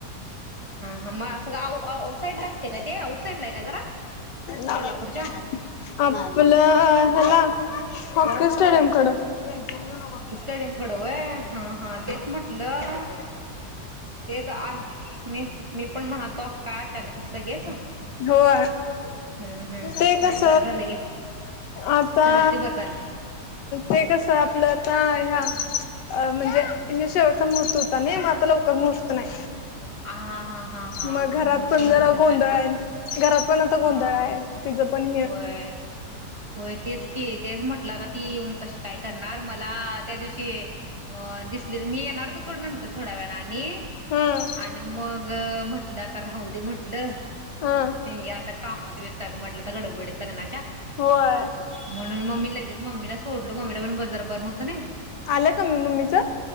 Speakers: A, on the right (about 30°); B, on the left (about 85°).
A: हा हा मग सगळं आऊ आउटसाईडला असते काय ते आउटसाईडला आहे काय जरा
B: आप
A: कोल्हापूरच्या
B: आपला हला हॉकी स्टाडीयम कड भेंकन
A: स्टेडियम कडे वय हा हा तेच म्हटलं ते तर मी मी पण म्हणालतो असं काय अचानक कस लगेच
B: होय
A: हम्म हम्म
B: ते कस
A: नाही बरं झालं गे
B: आता
A: झालं ते बरं झालं
B: ते कस आपलं आता ह्या म्हणजे शेवटचा महूर्त होता नाही मग आता लवकर मुहूर्त नाही
A: हा हा हा
B: मग
A: मुहूर्त
B: घरात पण
A: बघून
B: जरा
A: तेन
B: गोंधळ
A: झालं
B: आहे घरात पण गोंधळ
A: हा
B: आहे ति पण
A: होय होय तेच क तेच म्हटलं आता ती येऊन कशी काय करणार मला त्या दिवशी दिसले मी येणार तू थोड नंतर थोड्या वेळा आणि
B: हम्म
A: आणि मग म्हंटलं आता राहू ते म्हटलं
B: हा
A: याता कामात वस्त आहयत म्हटलं गडबडीत लग्नाच्या
B: होय
A: म्हणून मी लग लगेच मम्मी सोडलो मम्मी पण ब जर बर नव्हतं नई
B: आलं का मग मम्मीच